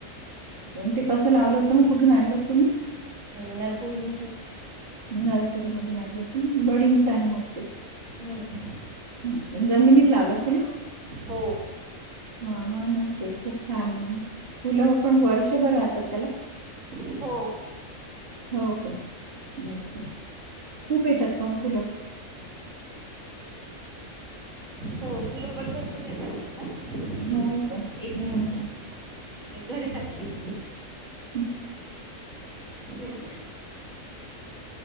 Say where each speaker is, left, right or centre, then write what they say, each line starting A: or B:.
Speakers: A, on the right (about 45°); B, on the right (about 65°).
A: म ते कसं लावलं होतं मग कुठून आणल होत तुम्ही?
B: मी नर्सरी
A: नर्सरी मधून आणले होते बडिंगच आहे मग ते.
B: हम्म
A: अच्छा जमिनीत लावलं असेल.
B: हो
A: हा म्हणून असते खूप छान फुलं पण वर्षभर राहतात त्याला
B: हो
A: हो का अच्छा खूप येतात पण फुलं
B: हो फुलं पण पण फुल येत आहेत त्या का
A: हो का? हम्म
B: एक मिनिट
A: हम्म.
B: घरी जाते.
A: हम्म
B: फुला